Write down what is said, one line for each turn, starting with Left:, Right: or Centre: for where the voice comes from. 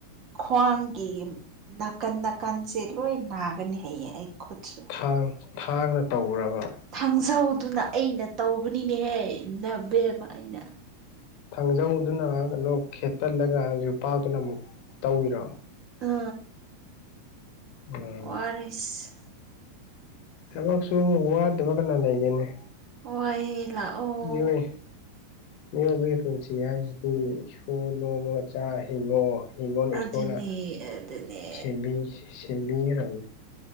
Right: ꯈ꯭ꯋꯥꯡꯒꯤ ꯅꯥꯀꯟ ꯅꯥꯀꯟꯁꯦ ꯂꯣꯏ ꯅꯥꯒꯅꯤ ꯍꯌꯦꯌꯦ ꯑꯩ ꯈꯨꯠꯁꯨ
Left: ꯊꯥꯡ ꯊꯥꯡꯅ ꯇꯧꯈꯔꯕ
Right: ꯊꯥꯡꯖꯧꯗꯨꯅ ꯑꯩꯅ ꯇꯧꯕꯅꯤꯅꯦꯍꯦ ꯅꯕꯦꯝꯃ ꯑꯩꯅ
Left: ꯊꯥꯡꯖꯧꯗꯨꯅ ꯀꯩꯅꯣ ꯈꯦꯠꯇꯜꯂꯒ ꯌꯨꯄꯥꯛꯗꯨꯅ ꯑꯃꯨꯛ ꯇꯧꯋꯤꯔꯣ
Right: ꯎ
Left: ꯎꯝ
Right: ꯋꯥꯔꯤꯔꯁ
Left: ꯊꯕꯛꯁꯨ ꯑꯃꯨꯛ ꯋꯥꯗꯕ ꯀꯅꯥ ꯂꯩꯒꯦꯅꯦ
Right: ꯍꯣꯏ ꯂꯥꯛꯑꯣ
Left: ꯃꯤꯑꯣꯏ ꯃꯤꯑꯣꯏꯕꯒꯤ ꯄꯨꯟꯁꯤ ꯍꯥꯏꯁꯤꯗꯤ ꯎ ꯅꯣꯡꯃꯒ ꯆꯥ ꯍꯤꯡꯉꯣ ꯍꯤꯉꯣꯅ
Right: ꯑꯗꯨꯅꯦ
Left: ꯏꯁꯣꯔꯅ
Right: ꯑꯗꯨꯅꯦ
Left: ꯁꯦꯝꯕꯤ ꯁꯦꯝꯕꯤꯈ꯭ꯔꯕꯅꯦ